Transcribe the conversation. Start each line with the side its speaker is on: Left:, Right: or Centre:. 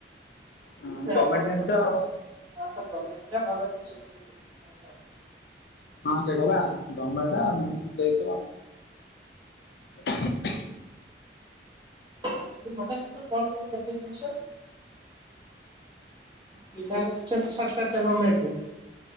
Left: ହୁଁ
Right: ସେ ରବର
Left: ଗମେଣ୍ଟ ଜିନିଷ
Right: କୋଟେଡ
Left: ଆଉ
Right: ତାର ସବୁ ଗମେଣ୍ଟଗୁଡା ଭଲ ଜିନିଷ <unintelligible> ଦେଇଛି <unintelligible>
Left: ହଁ ସେଇଟା ବା ଗମେଣ୍ଟ ଆମକୁ ଦେଇଥିଲା। ଉହୁଁ -ଉହୁଁ -
Right: <unintelligible> କିନ୍ତୁ କଣ କହିଲେ ଗୋଟେ ଜିନିଷ ପିଲା ରଖିଛନ୍ତି ସାତ ଆଠଟା ଗମେଣ୍ଟରେ